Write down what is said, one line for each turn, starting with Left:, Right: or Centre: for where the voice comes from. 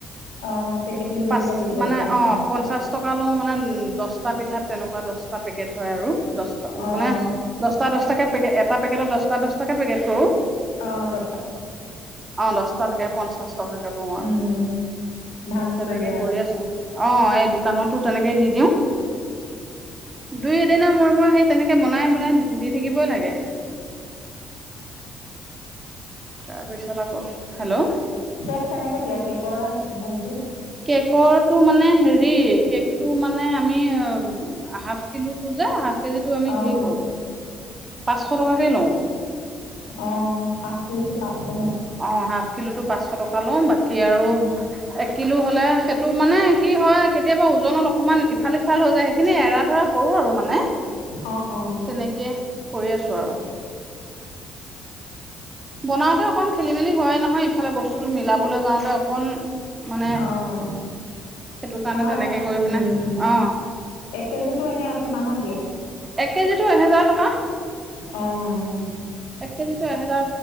Left: অ' পেকেটিং কৰি
Right: পাঁচ
Left: পেলাই দি দিয়া
Right: মানে
Left: দোকানত
Right: অ
Left: আৰু
Right: পঞ্চাশ টকা লৌ মানে দহ পাঁচটা পিঠাত তেনেকুৱা দহটা পেকেট হয় আৰু! দহটা
Left: অ'
Right: মানে দহটা দহটাকে এটা পেকটত দহটা দহটাকে পেকেট কৰোঁ।
Left: অ দ!
Right: অ দছটা থাকে পঞ্চাশ টকাকে লও আৰু
Left: উম ভাল হৈছে
Right: তেনেকে
Left: দিয়া
Right: কৰি আছো অ এই দোকানতো তেনেকে দি দিওঁ! দুই এদিনৰ মূৰে মূৰে সেই তেনেকে বনাই বনাই দি থাকিবই লাগে। তাৰপিছত আকৌ হেল্ল'!
Left: কেক কেনেকে দিয়া কেকৰ হেৰিটো
Right: কেকৰটো মানে হেৰি কেকটো মানে আমি হাফ কিলোটো যে হাফ এই যিটো আমি
Left: অ'
Right: হেৰি
Left: অ'
Right: কৰোঁ? পাঁচশ টকাকে লওঁ
Left: অ' হাফ কেজিটো পাঁচশ ন
Right: অ হাফ কিলোটো পাঁচশ টকা লওঁ বাকী আৰু
Left: অ'
Right: এক কিলো হলে সেইটো মানে কি হয় কেতিয়াবা ওজনত অকমান ইফাল সিফাল হৈ যায় সেইখিনি এৰা ধৰা কৰো আৰু মানে?
Left: অ অ
Right: তেনেকে কৰি আছো আৰু! বনাওতে অকন খেলি মেলি হয় নহয় ইফালে বস্তুতটো মিলাবলৈ যাওঁতে। ফোন মানে
Left: অ'
Right: সেইটো কাৰণে
Left: হয়
Right: তেনেকে
Left: হয়
Right: কৰিপিনে
Left: উম।
Right: অ
Left: এক কেজিটো এনে কিমানত
Right: এক কেজিটো এহেজাৰ টকা
Left: অহ
Right: এক কেজিটো এহেজাৰ